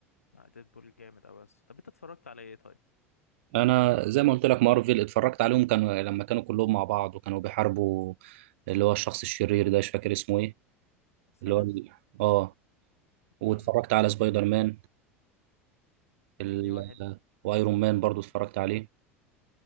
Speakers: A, on the left (about 80°); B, on the right (about 55°).
A: ديدبول جامد قوي بس طب انت اتفرجت على ايه طيب
B: انا زي ما قلت لك مارفل اتفرجت عليهم كانوا لما كانوا كلهم مع بعض وكانوا بيحاربوا اللي هو الشخص الشرير ده مش فاكر اسمه ايه
A: سانوس
B: اللي هو ال- اه واتفرجت
A: امم
B: على سبايدر مان ال...
A: انهي واحد
B: وايرون مان برضو اتفرجت عليه